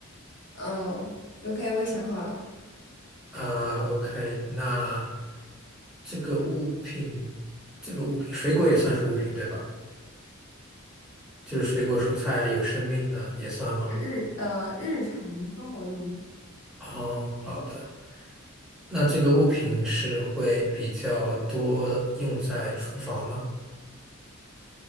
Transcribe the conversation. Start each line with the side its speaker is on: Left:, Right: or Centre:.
Left: 嗯，OK，我也想好了，
Centre: 啊，OK、o k 那这个物品，这个物品，水果也算是物品对吧？就是水果、蔬菜啊，有生命的也算吗？
Left: 是日呃日常生活用品，
Centre: 哦，好的，那这个物品是会比较多用在厨房吗？